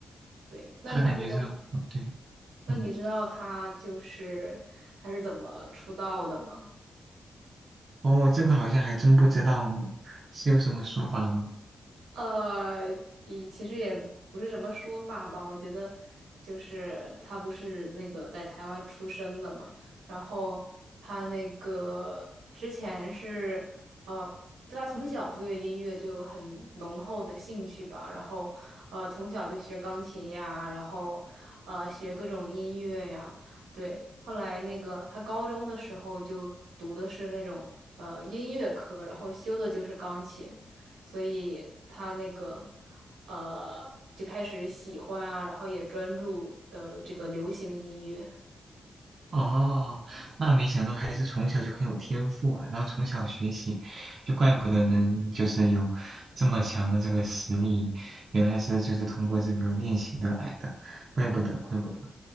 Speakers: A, on the right; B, on the right.
A: 对。那你就
B: 他感觉是，嗯对，
A: 那你知道他就是他是怎么出道的吗？
B: 嗯，哦，这个好像还真不知道呢，是有什么说法吗？
A: 呃，也其实也不是什么说法吧，我觉得就是他不是那个在台湾出生的嘛，然后他那个之前是呃，他从小就对音乐就很浓厚的兴趣吧，然后呃从小就学钢琴呀，然后呃学各种音乐呀，对，后来那个他高中的时候就读的是那种呃音乐科，然后修的就是钢琴。所以他那个呃就开始喜欢啊，然后也专注呃这个流行音乐。
B: 哦，那没想到孩子从小就很有天赋啊，然后从小学习，就怪不得能就是有这么强的这个实力，原来是就是通过这个练习得来的，怪不得怪不得。